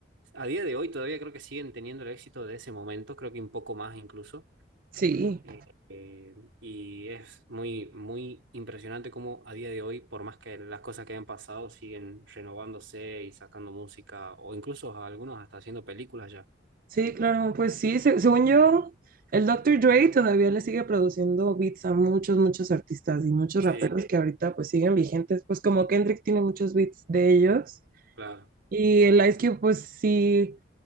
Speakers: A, on the right (about 75°); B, on the right (about 45°).
A: a día de hoy todavía creo que siguen teniendo el éxito de ese momento, creo que un poco más incluso.
B: Sí,
A: Eh, eh, y es muy, muy impresionante cómo a día de hoy, por más que las cosas que hayan pasado, siguen renovándose y sacando música, o incluso algunos hasta haciendo películas ya.
B: sí, claro. Pues sí, se- según yo, el doctor Dre todavía le sigue produciendo beats a muchos, muchos artistas y muchos
A: Sí,
B: raperos que ahorita pues siguen vigentes. Pues como Kendrick tiene muchos beats de ellos.
A: claro.
B: Y el Ice Cube pues sí,